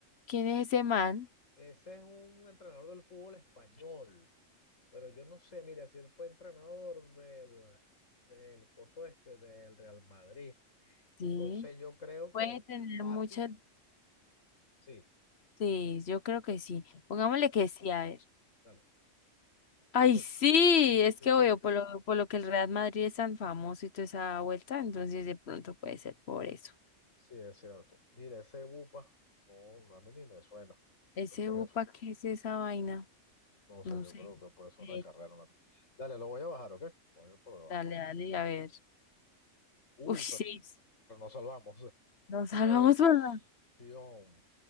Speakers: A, on the left (about 55°); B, on the left (about 75°).
A: ¿Quién es ese man?
B: Ese es un entrenador del fútbol español. Pero yo no sé, mira, si él fue entrenador del, del coso este, del Real Madrid. Entonces
A: Sí.
B: yo creo que
A: Puede tener
B: fácil,
A: muchas,
B: sí,
A: sí, yo creo que
B: o-
A: sí. Pongámosle
B: sí,
A: que sí, a ver.
B: dale,
A: Ay,
B: sí,
A: sí, es
B: Sí,
A: que
B: sí,
A: obvio, por lo, por lo que el Real Madrid es tan famoso y toda esa vuelta, entonces de pronto puede ser por eso.
B: sí, es cierto. Mira, ese bupa, no, a mí ni me suena.
A: Ese
B: ¿Eso qué es
A: UPA,
B: eso?
A: ¿qué es esa vaina?
B: No sé,
A: No
B: yo
A: sé.
B: creo que puede ser
A: Eh,
B: una carrera. una cosa. Dale, lo voy a bajar, ¿ok? Voy a ir por debajo.
A: dale, dale, a ver.
B: Uy,
A: Uy, sí,
B: pero, pero nos salvamos.
A: nos salvamos
B: Adopción.
A: por